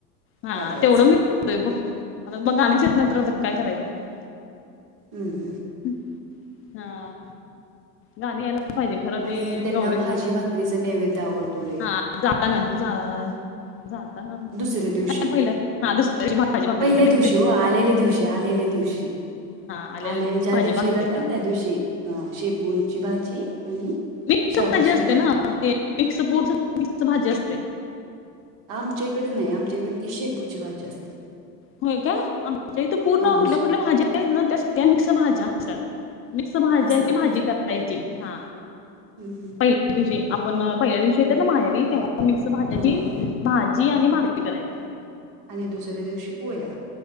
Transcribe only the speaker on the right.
वाजवायचं
अं हं.
आणि
त्यांना
भाजी भाकरीच नैवेद्य आवडतो लय
दुसऱ्या दिवशी
पहिल्या
दिवशी हो आलेल्या दिवशी आलेल्या दिवशी,
आले ज्या
दिवशी
येतात ना त्या दिवशी. हा, शेपूणची भाजी आणि
शाळवाची
भाकरी
आमच्याकडे नाही, आमच्याकडे ती शेपूची भाजी असते.
हां
असंच
होय
हां
हां हां
आणि दुसऱ्या दिवशी पोह्या.